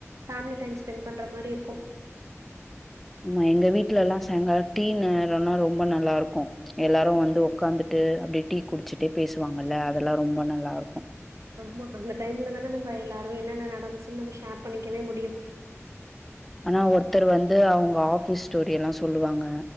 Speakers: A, on the right; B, in the centre.
A: ஃபேமிலி டைம் ஸ்பெண்ட் பண்ற மாரி இருக்கு
B: ஆமா எங்க வீட்லல்லா சாய்ங்கிலோ டீ நேரனா ரொம்ப நல்லா இருக்கு எல்லாரு வந்து உக்காந்துட்டு அப்டியே டீ குடிச்சிட்டே பேசுவாங்கல்ல அதெல்லா ரொம்ப நல்லா இருக்கு
A: ஆமா அந்த டைம்லதான நம்ம எல்லாரு என்னென்ன நடந்ச்சுன்னு நம்ம ஷேர் பண்ணிக்கவே முடியு
B: ஆனா ஒருத்தர் வந்து அவுங்க ஆஃபீஸ் ஸ்டோரி எல்லா சொல்லுவாங்க